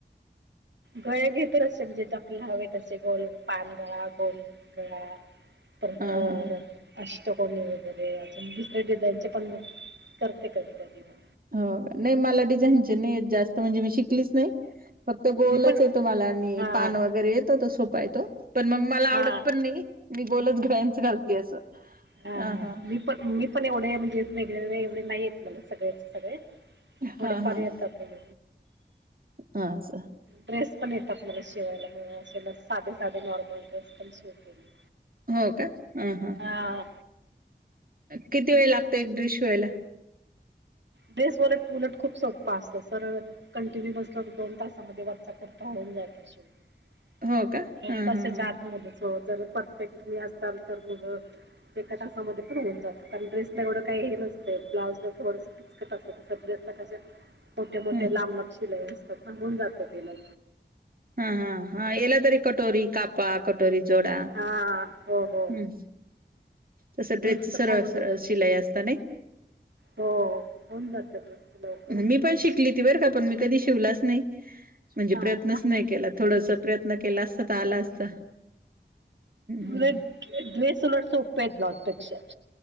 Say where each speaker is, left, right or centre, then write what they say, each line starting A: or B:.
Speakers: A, on the right; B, on the right.
A: गळा घेतो असस म्हणजे ज आपल्याला हवे ते गोल, पान गळा, गोल गळा. परत
B: हां,
A: अ
B: हां, हां.
A: टकोली वगैरे अजून दुसरे डिझाईनचे पण म करते कधी कधी म
B: हो. नाही मला डिझाईनचे नाही जास्त म्हणजे मी शिकलीच नाही. फक्त गोलच
A: मी पण
B: येतो मला आणि
A: हां
B: पान वगैरे येतं त सोपा येतो. पण मग मला आवडत
A: हां
B: पण नाही. मी गोलच घडंच घालते असं.
A: हा.
B: हां, हां.
A: मी पण मी पण एवढे म्हणजे वेगळे नाही येत मला सगळ्याचे सगळे थोडे
B: हां,
A: पर्यायत
B: हां.
A: आपण
B: हां असं.
A: ड्रेस पण येतात मला शिवायला. म असे म साधे साधे नॉर्मल ड्रेस पण शिवते मी.
B: हो का. हा हा.
A: हां
B: किती वेळ लागतो एक ड्रेस शिवायला?
A: ड्रेस उलट उलट खूप सोपं असत सरळ कंटिन्यू बसलं, तर दोन तासामध्ये वरचा कुर्ता हो <inaudible>
B: हो का?
A: दोन
B: हां,
A: तासाच्या
B: हां, हां.
A: आतमध्ये च. जर परफेक्ट मी असाल तर मग एका तासामध्ये पण होऊन जातं कारण ड्रेसला एवढं काही हे नसत, ब्लाउज ला थोडस किचकट अस ड्रेसला कस मोठे मोठे
B: हं.
A: लांब लांब लय असतात थांबबून जात ते लई
B: हा हा हा. एला तरी कटोरी कापा कटोरी जोडा.
A: हां हो हो
B: हम्म. तस
A: ड्रेसचं
B: ड्रेसच
A: फ
B: सरळ
A: होऊन
B: सरळ
A: जातं
B: शिलाई असत ने.
A: हो हो. होऊन जातं. ड्रेसचं लवकर होतं
B: मी पण
A: ड्रेस
B: शिकली त बर का, पण मी कधी शिवलाच नाही म्हणजे
A: हां
B: प्रयत्नच
A: का
B: नाही केला तस प्रयत्न केला असता, तर आला असता. हं
A: उलट ड्रेस उलट सोपे आहेत ब्लाउज पेक्षा.